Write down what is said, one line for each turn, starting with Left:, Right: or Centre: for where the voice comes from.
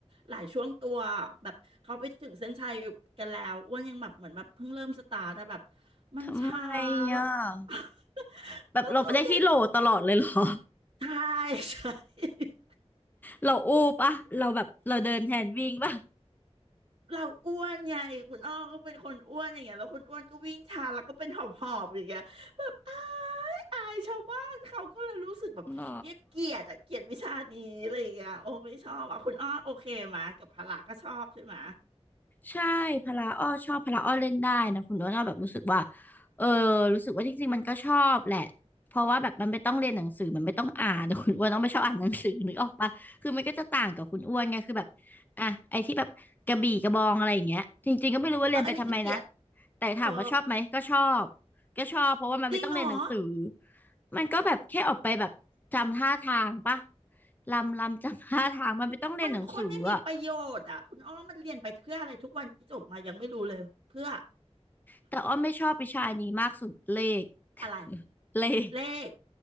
Right: หลายช่วงตัวแบบเขาไปถึงเส้นชัยกันแล้วอ้วนยังแบบเหมือนแบบเพิ่งเริ่มสตาร์ทแต่แบบมันช้าแล้ว
Left: ทำไมอ่ะ
Right: <laughs>
Left: แบบเราไปได้ที่โหลตลอดเลยเหรอ
Right: ก็คือเด็ก
Left: <laughs>
Right: ใช่ <laughs> ใช่
Left: เราอู้ปะเราแบบเราเดินแทนวิ่งปะ
Right: เราอ้วนไงคุณอ้อก็เป็นคนอ้วนอย่างเงี้ยแล้วคุณอ้วนก็วิ่งช้าแล้วก็เป็นหอบหอบอย่างเงี้ยแบบอายอายชาวบ้านเขาก็เลยรู้สึกแบบเย้ยเกลียดอะเกลียดวิชานี้อะไรอย่างเงี้ยโอ้ไม่ชอบอ่ะคุณอ้อโอเคมากับพละก็ชอบใช่ไหม
Left: หรอ ใช่พละอ้อชอบพละอ้อเล่นได้นะคุณโน้ตอ้อแบบรู้สึกว่าเออรู้สึกว่าจริงๆมันก็ชอบแหละเพราะว่าแบบมันไม่ต้องเรียนหนังสือมันไม่ต้องอ่านแต่คุณอ้วนอ้อไม่ชอบอ่านหนังสือนึกออกปะคือมันก็จะต่างกับคุณอ้วนไงคือแบบอ่ะไอ้ที่แบบกระบี่กระบองอะไรอย่างเงี้ยจริงๆก็ไม่รู้ว่าเรียนไปทำไมนะ
Right: เอออันนี้ก็เกลียด
Left: แต่ถามว่าชอบไหมก็ชอบ
Right: เออ
Left: ก็ชอบเพราะว่ามันไม่ต้องเรียนหนังสือ
Right: จริงเหรอ
Left: มันก็แบบแค่ออกไปแบบจำท่าทางปะลำลำจำท่าทางมันไม่ต้องเรียนหนังสืออะ
Right: มันโคตรไม่มีประโยชน์อ่ะคุณอ้อมันเรียนไปเพื่ออะไรทุกวันจบมายังไม่รู้เลยเพื่อ
Left: แต่อ้อไม่ชอบวิชานี้มากสุดเลข
Right: อะไร
Left: <laughs> เลข
Right: เลข